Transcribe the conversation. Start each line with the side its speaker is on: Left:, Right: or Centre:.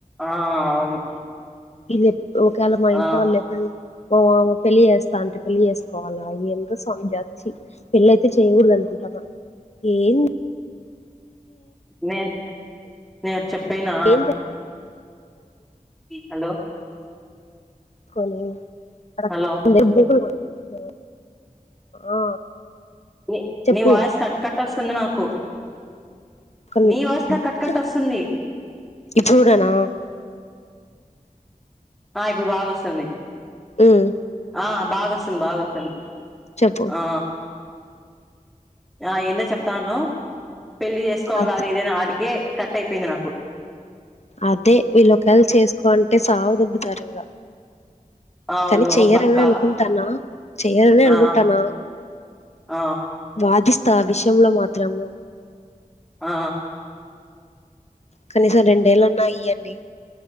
Centre: ఆ అవును
Left: ఇలేప్ ఒకేయాళ మా
Centre: ఆ!
Left: ఇంట్లో వాళ్ళు ఎప్పుడు మా పెళ్లి చేస్తా అంటే పెళ్లి చేసుకోవాలా ఏందో సామి ద చ్చి పెళ్ళ అయితే చేయకూడదు అనుకుంటన ఏంది
Centre: నేను నేను అట చెప్ పేనా
Left: ఏం
Centre: హలో
Left: కొనీ <unintelligible>
Centre: హలో!
Left: ఆ
Centre: నీ
Left: చెప్పు
Centre: నీ వాయ్ స్ కట్ కట్ వసంధి నాకు
Left: కన్
Centre: నీ వాయిస్ నాకు కట్ కట్
Left: చెప్
Centre: వస్తుంది.
Left: ఇప్పుడు కూడా నా
Centre: ఆ ఇప్పుడు బాగాొస్తుంది
Left: ఉమ్,
Centre: ఆ భగోసుంది భాగోతంది
Left: చెప్పు
Centre: ఆ ఆ ఏందో చెప్తా అన్నావ్ పెళ్లి చేసుకోవాలి
Left: అ-
Centre: అది ఇదేనా ఆటికే కట్ అయిపోయింది నాకు కు
Left: అదే వీళ్ళ ఒకేళ చేసుకో అంటే సావ దొ బ్బుతరిం గా
Centre: అవును.
Left: కానీ చెయ్యరని
Centre: పక్కా.
Left: అనుకుంటానా చెయ్యర ని
Centre: ఆ!
Left: అనుకుంటానా
Centre: ఆ!
Left: వాదిస్ స్థ ఆ విషయంలో మాత్రము
Centre: ఆ
Left: కనీసం రెండేళ్ళన్నా ఇయ్యాన్డి